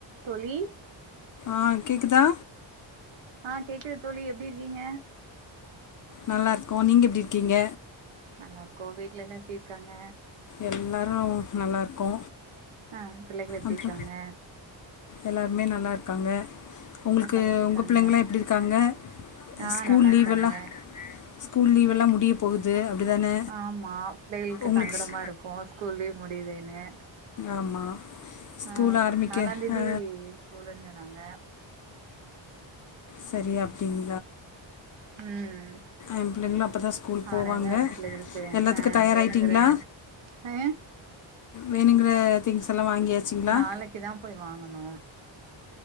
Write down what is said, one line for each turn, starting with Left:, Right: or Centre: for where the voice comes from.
Right: தோழி
Left: ஆ கேக்குதா
Right: அ கேக்குது தோழி எப்டி இருக்கீங்க
Left: நல்லாருக்கோ நீங்க எப்டி இருக்கீங்க
Right: நல்லாருக்கோ வீட்லலா எப்டி இருக்காங்க
Left: எல்லாரு நல்லாருக்கோ
Right: அ பிள்ளைகள் எப்டி
Left: அப்றோ
Right: இருக்காங்க
Left: எல்லாருமே நல்லாருக்காங்க உங்களுக்கு
Right: என்ன பண்ணிட்டு இருக்காங்க
Left: உங்க புள்ளைங்கலா எப்டிருக்காங்க
Right: ஆ
Left: ஸ்கூல்
Right: நல்லா
Left: லீவ்வல்லா
Right: இருக்காங்க
Left: ஸ்கூல் லீவெல்லா முடிய போகுது அப்டிதான
Right: ஆமா பிள்ளைகளுக்கு
Left: உங்களுக்கு
Right: சங்கடமாருக்கு
Left: ஸ்
Right: ஸ்கூல் முடியதேனு
Left: ஆமா ஸ்கூல்
Right: அ
Left: ஆரம்பிக்க
Right: நாலாந்தேதி
Left: ஆ
Right: ஸ்கூலுன்னு நாங்க
Left: செரி அப்டிங்
Right: ம்
Left: எ பிள்ளைங்களு அப்பதா ஸ்கூல் போவாங்க
Right: ஆனால பிள்ளைகளுக்கு
Left: எல்லாத்துக்கு
Right: அ
Left: தயாராயிட்டிங்களா
Right: வேணுங்குற அ
Left: வேணுங்குற திங்ஸ் எல்லா வாங்கியாச்சுங்களா
Right: நாளைக்கு தா போய் வாங்கணு